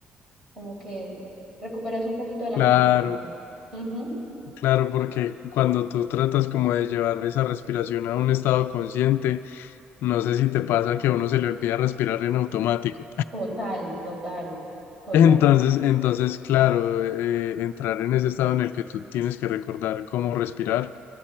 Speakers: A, on the right; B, on the left.
A: como que recuperas un poquito de la
B: Claro.
A: calma perdida. Ujú.
B: Claro, porque cuando tú tratas como de llevar esa respiración a un estado consciente, no sé si te pasa que a uno se le olvida respirar en automático.
A: Total, total, total.
B: Entonces, entonces, claro, eh, eh, entrar en ese estado en el que tú tienes que recordar cómo respirar